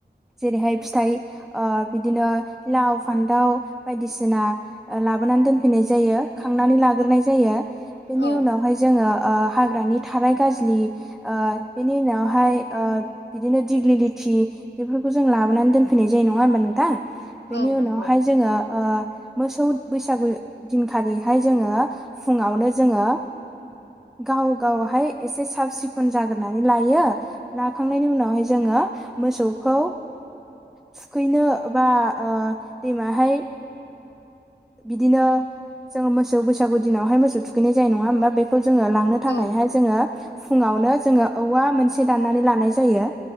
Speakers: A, in the centre; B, on the left.
A: जेरैहाय फिथाइ बिदिनो लाव फान्थाव बायदिसिना लाबोनानै दोनफैनाय जायो खांनानै लाग्रोनाय जायो। बेनि
B: औ
A: उनावहाय जोङो हाग्रानि थाराइ गाजलि बेनि उनावहाय बिदिनो दिग्लि लिथि बेफोरखौ जों लाबोनानै दोनफैनाय जायो नङा होमबा नोंथां?
B: औ
A: बेनि
B: नंगौ
A: उनावहाय जोङो मोसौ बैसागु दिनखालिहाय जोङो फुङावनो जोङो गाव गावहाय एसे साब सिखोन जाग्रोनानै लायो लाखांनायनि उनावहाय जोङो मोसौखौ थुखैनो बा दैमाहाय बिदिनो जोङो मोसौ बैसागु दिनावहाय मोसौ थुखैनाय जायो नङा होमबा बे खौ जोङो लांनो
B: औ
A: थाखायहाय जोङो फुङावनो जोङो औवा मोनसे दाननानै लानाय जायो।